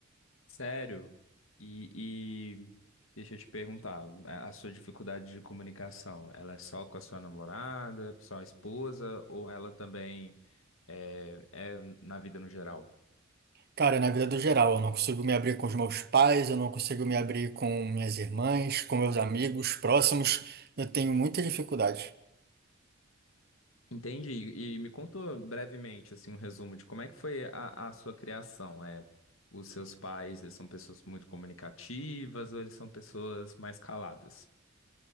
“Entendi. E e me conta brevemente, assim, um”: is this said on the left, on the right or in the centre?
Left